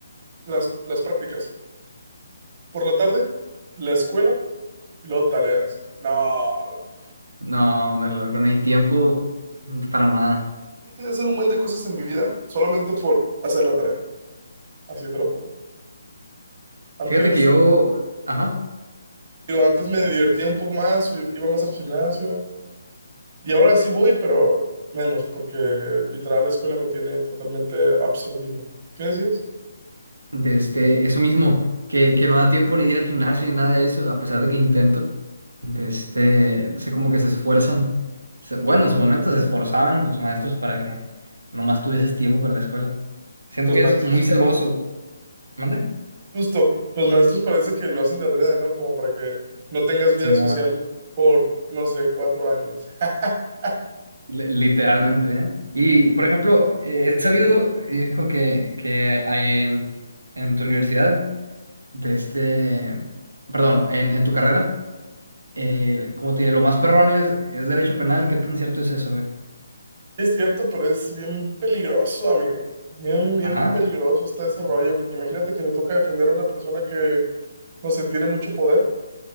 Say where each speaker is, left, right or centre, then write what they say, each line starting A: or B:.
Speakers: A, on the right; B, on the right.
A: las, las prácticas, por la tarde la escuela y luego tareas. No, loco.
B: No, hombre, loco, no hay tiempo para nada.
A: Dejé de hacer un buen de cosas en mi vida solamente por hacer la tarea. Así te lo pongo. Antes,
B: Fíjate que yo, ajá,
A: digo, antes me divertía un poco más, i- iba más al gimnasio y ahora sí voy, pero menos, porque literal la escuela me tiene totalmente absorbido. ¿Qué decías?
B: de este, eso mismo, que, que no da tiempo ni de ir al gimnasio ni nada de eso, a pesar de que intento, de este, sé como que se esfuerzan. Se- Bueno, en su momento se esforzaban los maestros para que nomás tuvieses tiempo para la escuela. Siento
A: Los
B: que
A: maestros.
B: es muy celoso, ¿mande?
A: Justo, los maestros parece que lo hacen de adrede, ¿no? Como para que no tengas vida
B: Se mueve,
A: social por, no sé, cuatro años. <laughs>
B: literalmente, ¿eh? Y, por ejemplo, eh, he sabido, hijo, que, que hay en, en tu universidad. de este, perdón, en, en tu carrera, eh, como te lo más perrón es, es derecho penal, ¿qué tan cierto es eso, güey?
A: Es cierto, pero es bien peligroso, amigo. Bien, bien
B: Ajá,
A: peligroso está ese rollo, porque imagínate que te toca defender a una persona que, no sé, tiene mucho poder,